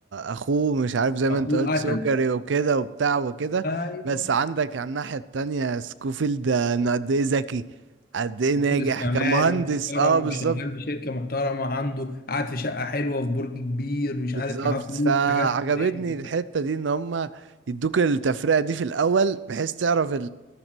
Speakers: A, on the right (about 90°); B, on the left (about 50°).
A: اخوه مش عارف زي ما
B: اخوه
A: انت قلت
B: قتل
A: سكري وكده وبتاع وكده
B: ايوه
A: بس عندك على الناحية التانية سكوفيلد انه قد ايه ذكي قد ايه
B: مهندس
A: ناجح
B: معماري
A: كمهندس
B: محترم
A: اه بالظبط
B: شغال في شركه محترمه عنده قاعد في شقه حلوه في برج كبير مش
A: بالظبط
B: عارف معاه فلوس
A: فعجبتني
B: حاجات من دي. انت
A: الحتة دي ان هما يدوك التفرقة دي في الاول بحيث تعرف